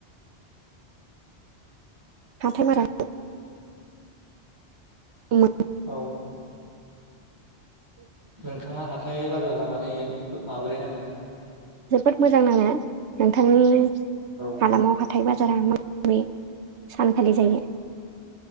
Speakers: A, on the right (about 80°); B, on the right (about 20°).
A: हाथाय <unintelligible>
B: औ। नोंथाङा हाथाय बाजार जानानै माबोरै नाङो?
A: जोबोद मोजां नाङो नोंथांनि
B: औ
A: हालामाव हा थाय बाजारा माबे सानखालि जायो?